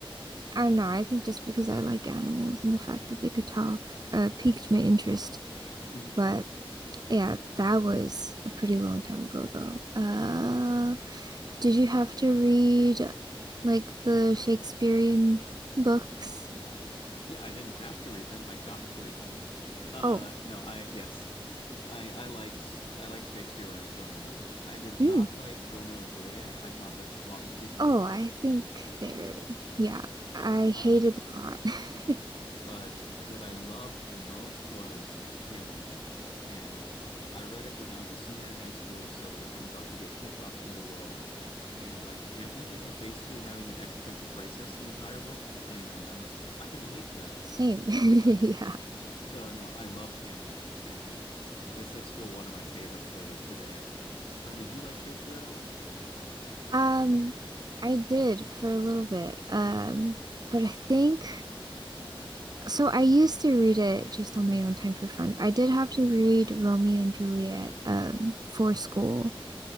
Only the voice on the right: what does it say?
I don't know. I think just because I like animals and the fact that they could talk, uh, piqued my interest.
But yeah, that was a pretty long time ago though. Uh, did you have to read like the Shakespearean books?
Oh,
Mm.
oh, I think they're, yeah, I
hated the plot. <laughs>
Same. <laughs> Yeah.
Um, I did for a little bit. Um, but I think so I used to read it just on my own time for fun. I did have to read Romeo and Juliet um for school.